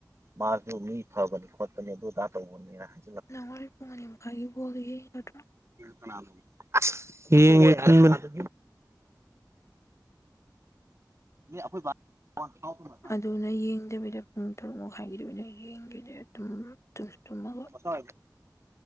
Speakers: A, on the right (about 40°); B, on the left (about 40°).
A: ꯃꯥꯁꯨ ꯃꯤ ꯐꯕꯅꯤ ꯈꯣꯠꯄꯅꯤ ꯑꯗꯨ ꯑꯗꯥ ꯇꯧꯕꯅꯤꯅ ꯍꯥꯏ
B: ꯅꯪ ꯍꯣꯔꯦꯟ ꯄꯨꯡ ꯃꯅꯤ ꯃꯈꯥꯏꯒꯤ ꯕꯥꯜ ꯗꯣ ꯌꯦꯡꯒꯗꯔꯣ
A: ꯀꯥꯅꯅꯣ ꯑꯁ ꯌꯦꯡꯒꯦ ꯈꯟꯕꯅꯤ ꯃꯤ ꯑꯈꯣꯏ ꯕꯥ ꯕꯣꯟ ꯌꯥꯎꯒꯅꯣꯌꯦ
B: ꯑꯗꯨꯅ ꯌꯦꯡꯗꯕꯤꯗ ꯄꯨꯡ ꯇꯔꯨꯛ ꯃꯈꯥꯏꯒꯤꯗꯕꯤꯅ ꯌꯦꯡꯈꯤꯗꯦ ꯇꯨꯝ ꯇꯨꯝꯁꯨ ꯇꯨꯃꯒ
A: ꯍ